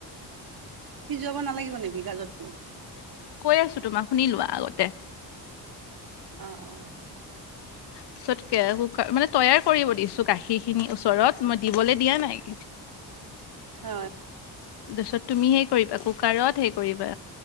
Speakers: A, on the right (about 55°); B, on the left (about 75°).
A: সিজোৱাব নালাগিব নেকি? গাজৰতটো।
B: কৈ আছো তোমাক শুনি লোৱা, আগতে।
A: অ অ।
B: পিছত কুকাৰ মানে, তৈয়াৰ কৰিব দিছো গাখীৰ খিনি ওচৰত মই দিবলৈ দিয়া নাই।
A: ছ।
B: তাৰপিছত তুমি হেই কৰিবা কুকাৰত হেই কৰিবা,